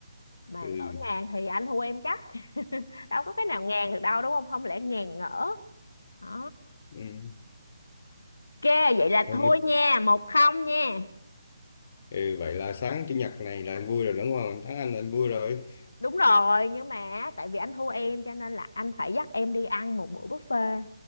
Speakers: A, on the left; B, on the left.
A: mà
B: ừ,
A: ngỡ ngàng thì anh thua em chắc <laughs> đâu có cái nào ngàn được đâu đúng không không lẽ ngàn ngỡ đó
B: ừ.
A: ok vậy là
B: Rồi
A: thua
B: nói
A: nha một không nha
B: Ừ, vậy là sáng chủ nhật này là anh vui rồi đúng không? Anh thắng anh là anh vui rồi.
A: đúng rồi nhưng mà tại vì anh thua em cho nên là anh phải dắt em đi ăn một bữa buffet